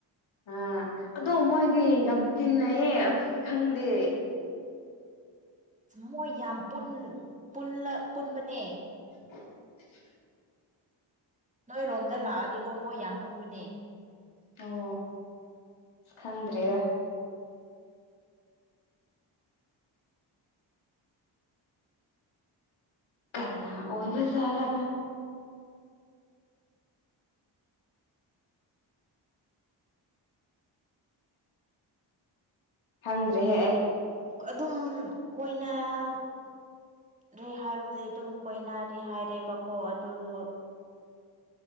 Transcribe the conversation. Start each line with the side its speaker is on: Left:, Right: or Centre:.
Left: ꯑꯥ ꯑꯗꯣ ꯃꯣꯏꯗꯤ ꯌꯥꯝ ꯇꯤꯟꯅꯩꯌꯦ ꯑꯗꯨꯒꯤ ꯈꯪꯗꯦ
Right: ꯃꯣꯏ ꯌꯥꯝ ꯄꯨꯟ ꯄꯨꯟꯂ ꯄꯨꯟꯕꯅꯦ
Left: <inaudible>
Right: ꯅꯣꯏꯔꯣꯝꯗ ꯂꯥꯛꯑꯗꯤꯀꯣ ꯃꯣꯏ ꯌꯥꯝ ꯄꯨꯟꯕꯅꯦ
Left: ꯑꯣ ꯈꯪꯗ꯭꯭ꯔꯦꯗ ꯀꯅꯥ ꯑꯣꯏꯕ ꯖꯥꯔ ꯈꯪꯗ꯭ꯔꯦꯍꯦ ꯑꯩ
Right: ꯑꯗꯨꯝ ꯀꯣꯏꯅꯔꯦ ꯍꯥꯏꯕ ꯖꯤ ꯑꯗꯨꯝ ꯀꯣꯏꯅꯔꯦ ꯍꯥꯏꯔꯦꯕꯀꯣ ꯑꯗꯨꯗꯣ